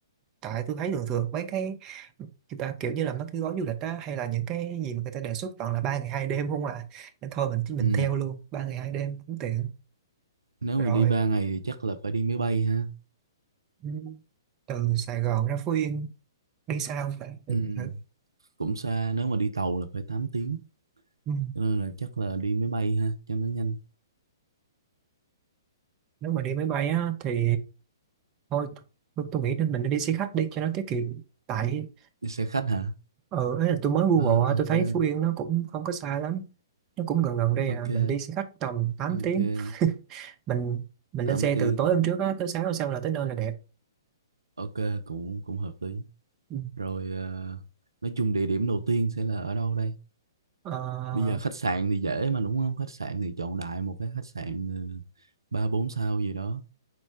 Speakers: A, on the right (about 25°); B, on the right (about 75°).
A: tại tôi thấy thường thường mấy cái người ta kiểu như là mấy cái gói du lịch á hay là những cái gì mà người ta đề xuất toàn là ba ngày hai đêm không à nên thôi mình mình
B: Ừ.
A: theo luôn ba ngày hai đêm cũng tiện
B: Nếu
A: rồi
B: mà đi 3 ngày thì chắc là phải đi máy bay ha.
A: ừ, từ Sài Gòn ra Phú Yên đi sao ta Để
B: Ừ.
A: thử.
B: Cũng xa, nếu mà đi tàu là phải 8 tiếng.
A: ừ.
B: Cho nên là chắc là đi máy bay ha, cho nó nhanh.
A: nếu mà đi máy bay á thì thôi tôi, tôi nghĩ nên mình nên đi xe khách đi cho nó tiết kiệm tại
B: Đi xe khách hả?
A: ờ ấy là tôi mới Google
B: À,
A: á
B: ok,
A: tôi thấy Phú Yên nó cũng không có xa lắm nó cũng gần gần đây
B: ok,
A: à mình đi xe khách tầm tám
B: ok,
A: tiếng <laughs> mình mình
B: 8
A: lên xe
B: tiếng.
A: từ tối hôm trước á tới sáng hôm sau là tới nơi là đẹp
B: Ok, cũng cũng hợp lý.
A: Ừ.
B: Rồi ờ, nói chung địa điểm đầu tiên sẽ là ở đâu đây?
A: Ờ,
B: Bây giờ khách sạn thì dễ mà đúng không? Khách sạn thì chọn đại một cái khách sạn ờ, ba bốn sao gì đó